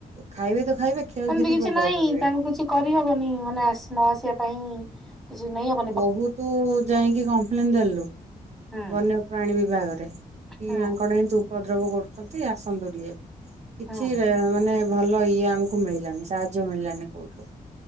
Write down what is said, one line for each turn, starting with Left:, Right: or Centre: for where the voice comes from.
Right: ଖାଇବେ ତ ଖାଇବେ କ୍ଷୟକ୍ଷତି
Centre: ଏମତି କିଛି
Right: ପ୍ରବଳ
Centre: ନାଇଁ
Right: କରିବେ।
Centre: ତାଙ୍କୁ କିଛି କରିହବନି ମାନେ ନ ଆସିବା ପାଇଁ କିଛି ନେଇହବ
Right: ବହୁତ ଯାଇକି କମ୍ପ୍ଲେନ ଦେଲୁ
Centre: ହୁଁ
Right: ବନ୍ୟ ପ୍ରାଣୀ ବିଭାଗରେ କି
Centre: ହୁଁ
Right: ମାଙ୍କଡ ଏନ୍ତୁ ଉପଦ୍ରବ କରୁଛନ୍ତି ଆସନ୍ତୁ ଟିକେ। କିଛି
Centre: ହୁଁ
Right: ରେ ମାନେ ଭଲ ଇଏ ଆମକୁ ମିଳିଲାନି ସାହାଯ୍ୟ ମିଳିଲାନି କୋଉଠୁ।